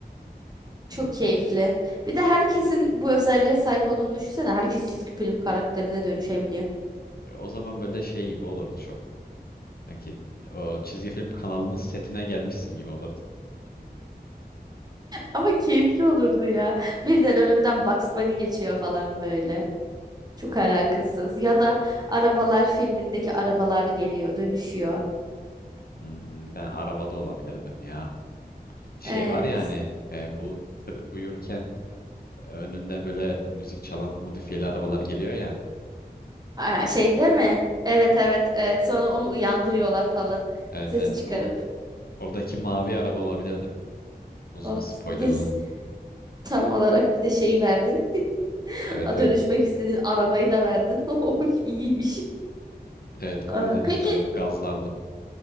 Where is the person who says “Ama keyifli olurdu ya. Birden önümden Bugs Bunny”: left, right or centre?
Right